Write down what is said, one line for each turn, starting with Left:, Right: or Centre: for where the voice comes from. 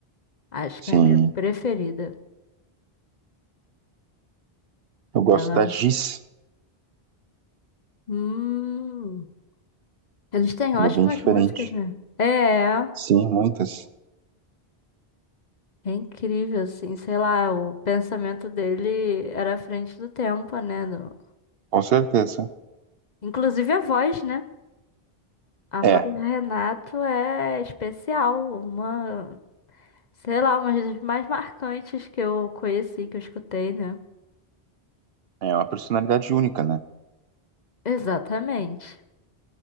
Left: Acho
Right: Sim,
Left: que é a minha preferida.
Right: eu gosto
Left: Ela.
Right: da Giz.
Left: Hum. Eles têm
Right: Ela
Left: ótimas
Right: é bem diferente.
Left: músicas, né? É.
Right: Sim, muitas.
Left: É incrível, assim, sei lá, o pensamento dele era à frente do tempo, né? do-
Right: Com certeza.
Left: Inclusive a voz, né? A voz
Right: É,
Left: do Renato é especial, uma, sei lá, uma das mais marcantes que eu conheci, que eu escutei, né?
Right: é uma personalidade única, né?
Left: Exatamente.